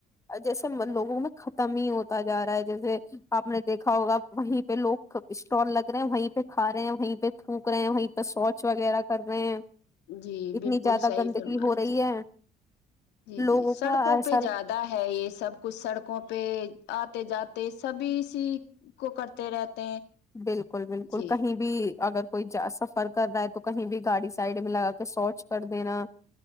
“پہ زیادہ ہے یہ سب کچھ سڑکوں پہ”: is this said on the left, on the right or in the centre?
Left